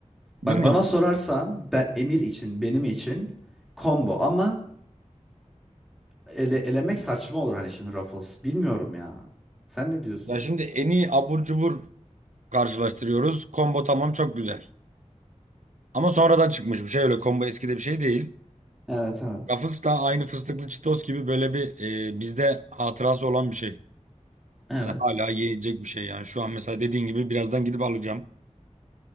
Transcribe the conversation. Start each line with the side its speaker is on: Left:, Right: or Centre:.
Centre: bak
Right: bilmiyorum.
Centre: bana sorarsan ben Emir için benim için combo ama ele, elemek saçma olur hani şimdi Ruffles. Bilmiyorum ya. Sen ne diyorsun?
Right: Ya şimdi en iyi abur cubur karşılaştırıyoruz. Combo tamam çok güzel. Ama sonradan çıkmış bir şey öyle. Combo eski de bir şey değil.
Centre: Evet evet.
Right: Rafız da aynı fıstıklı çitos gibi böyle bir e, bizde hatırası olan bir şey.
Centre: Evet.
Right: Yani hala yiyecek bir şey yani. Şu an mesela dediğin gibi birazdan gidip alacağım.